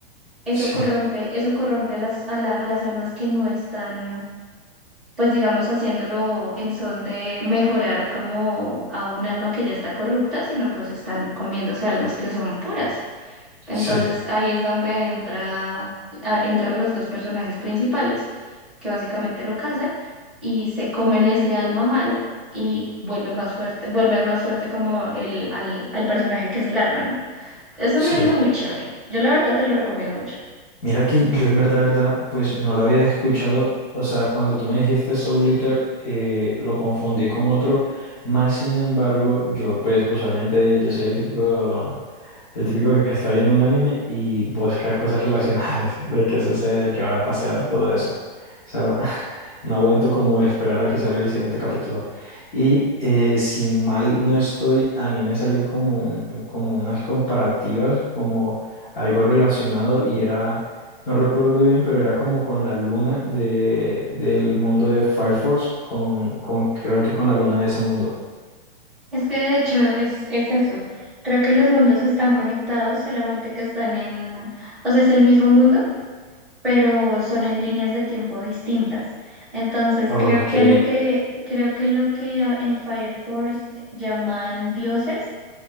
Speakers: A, in the centre; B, on the left.
A: Eso
B: sí,
A: corrompe, eso corrompe a las, a la- a las almas que no están pues digamos haciéndolo en son de mejorar como a un alma que ya está corrupta, sino pues están comiéndose almas que son puras. Entonces
B: sí,
A: ahí es donde entra, a- entran los dos personajes principales, que básicamente lo cazan y se comen ese alma malo y vuelve más fuerte, vuelven más fuerte como el, al, al personaje que es el arma, ¿no? Es
B: sí.
A: un anime muy chévere. Yo la verdad te lo recomiendo mucho.
B: Mira que yo en verdad, verdad, pues no lo había escuchado. O sea, cuando tú me dijiste Soul Eater, eh, lo confundí con otro. Más sin embargo, yo pues usualmente yo soy el típico, el típico que está viendo un anime y busca cosas relacionadas <laughs> de que sucede, que va a pasear, todo eso. O sea, <laughs> no aguanto como esperar a que salga el siguiente capítulo. Y eh, si mal no estoy, a mí me salió como, un- como unas comparativas, como algo relacionado y era no recuerdo bien, pero era como con la luna de, del mundo de Fire Force, con, con, creo que con la luna de ese mundo.
A: Es que de hecho es, es eso. Creo que los mundos están conectados, solamente que están en, o sea, es el mismo mundo, pero son en líneas de tiempo distintas. Entonces,
B: Ok,
A: creo que a lo que, creo que lo que a- en Fire Force llaman dioses,